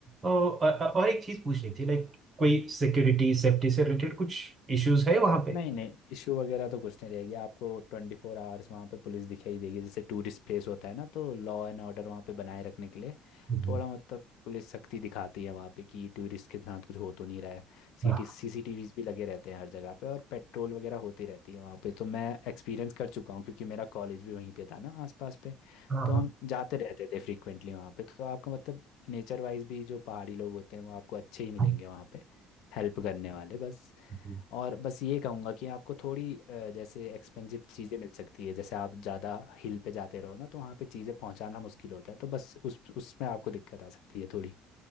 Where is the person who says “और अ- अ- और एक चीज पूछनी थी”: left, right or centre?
Right